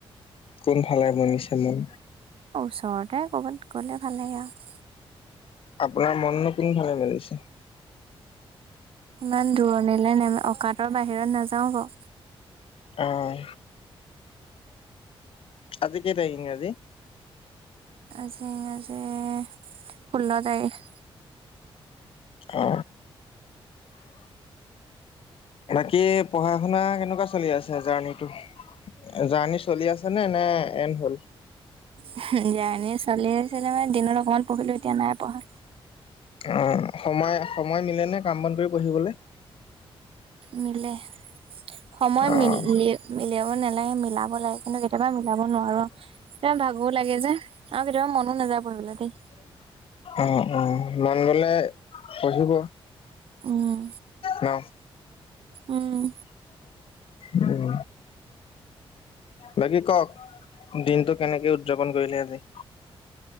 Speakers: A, on the left; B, on the right.
A: কোনফালে বনিছে মন?
B: অ ওচৰতে ক'ৰবাত গ'লে ভাল লাগে আৰু।
A: আপোনাৰ মনো কোনফালে মিলিছে?
B: ইমান দূৰণিলে ন অকাতৰ বাহিৰত নাযাও ব।
A: আহ। আজি কেই তাৰিখ ইংৰাজী?
B: আজি আজি ষোল্ল তাৰিখ।
A: অ। বাকী পঢ়া - শুনা কেনেকুৱা চলি আছে জাৰ্ণিটো? জাৰ্ণি চলি আছে নে নে এণ্ড হ'ল?
B: উহো জাৰ্ণি চলি আছিলে মানে দিনত অকমান পঢ়িলো এতিয়া নাই পঢ়া।
A: অঁ সময় সময় মিলেনে কাম বন কৰি পঢ়িবলৈ?
B: মিলে, সময়
A: অহ।
B: মিলে উলিয়াব নালাগে মিলাব লাগে কিন্তু কেতিয়াবা মিলাব নোৱাৰো। তে ভাগো লাগে যে আৰু কেতিয়াবা মনো নাযায় পঢ়িবলে দেই।
A: অ অ মন গলে পঢ়িব।
B: উম।
A: ন।
B: উম।
A: উম। বাকী কওক, দিনটো কেনেকে উদযাপন কৰিলে আজি?